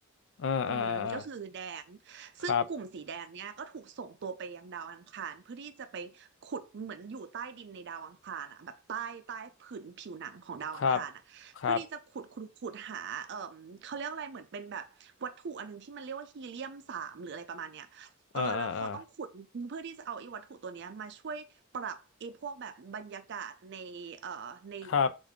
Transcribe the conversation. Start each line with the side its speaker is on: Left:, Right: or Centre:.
Left: เอ่าอ่าอ่า
Right: อืมก็คือแดงซึ่งกลุ่มสีแดงเนี้ยก็ถูกส่งตัวไปยังดาวอังคารเพื่อที่จะไปขุดเหมือนอยู่ใต้ดินในดาวอังคารอ่ะแบบใต้ใต้ผืนผิวหนังของดาวอังคารอ่ะเพื่อที่จะขุดขุดขุดหาเอ่อเขาเรียกอะไรเหมือนเป็นแบบวัตถุอันนึงที่มันเรียกว่าฮีเลียมสามหรืออะไรประมาณเนี้ยเออแล้วเขาต้องขุดเพื่อที่จะเอาไอ้วัตถุตัวเนี้ยมาช่วยปรับไอ้พวกแบบบรรยากาศในเอ่อใน
Left: ครับครับครับเอ่าอ่าอ่าครับ